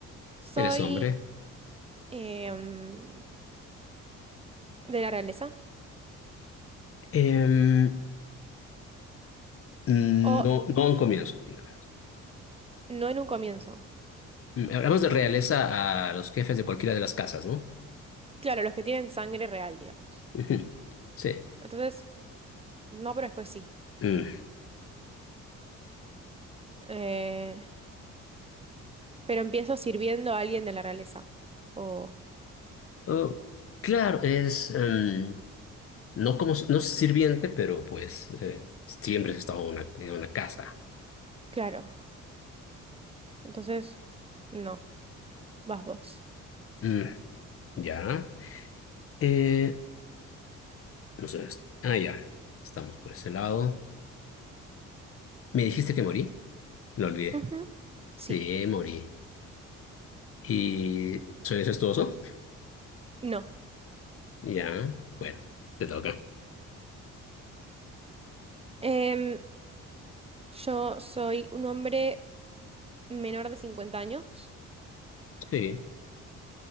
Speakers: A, on the right; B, on the left.
A: Soy
B: Eres hombre.
A: em, de la realeza.
B: Em, no,
A: O
B: no a un comienzo, digamos.
A: no en un comienzo.
B: Mm, Hablamos de realeza a los jefes de cualquiera de las casas, ¿no?
A: Claro, los que tienen sangre real, digamos.
B: Ujú. Sí.
A: Entonces, no, pero después sí.
B: Mm.
A: Eh, pero empiezo sirviendo a alguien de la realeza. O,
B: Oh, claro, es em, no como no sirviente, pero pues eh, siempre has estado en una, en una casa.
A: claro. Entonces, no, vas vos.
B: Mm, ya. Eh, no sé. es- Ah, ya. Estamos por ese lado. ¿Me dijiste que morí? Lo olvidé.
A: Ujú.
B: Sí,
A: Sí,
B: morí. ¿Y soy incestuoso?
A: no.
B: Ya. Bueno, te toca.
A: Em, yo soy un hombre menor de 50 años.
B: Sí.